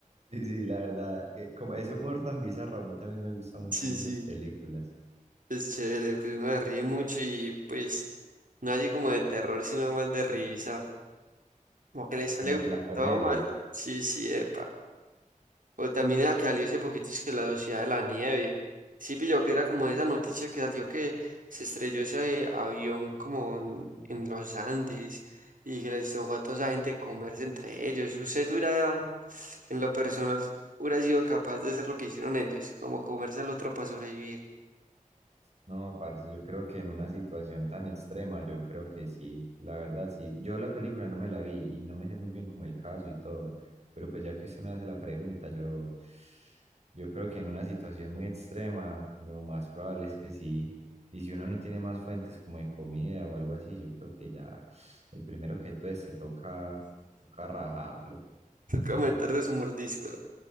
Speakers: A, on the right; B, on the right.
A: Sí, sí, la verdad. eh, Como ese humor tan bizarro a mí también me gusta mucho
B: Sí,
A: en
B: sí,
A: esas películas.
B: es chévere, pues uno se ríe mucho y pues no así como de terror, sino más de risa. Como que le sale
A: Como la comedia.
B: todo mal. Sí, sí, epa. O también era que salió hace poquito es que la Sociedad de la Nieve. Sí, pilló que era como esa noticia que salió que se estrelló ese avión como en, en los Andes y que les tocó a toda esa gente comerse entre ellos. Usted hubiera, en lo personal, hubiera sido capaz de hacer lo que hicieron ellos, como comerse al otro para sobrevivir.
A: No, parce, yo creo que en una situación tan extrema, yo creo que sí, la verdad sí. Yo la película no me la vi y no me sé muy bien como el caso y todo, pero pues ya que usted me hace la pregunta, yo, yo creo que en una situación muy extrema, lo más probable es que sí. Y si uno no tiene más fuentes como de comida o algo así, yo creo que ya el primero que tueste toca, toca rajarlo.
B: <laughs> Toca meterle su mordisco.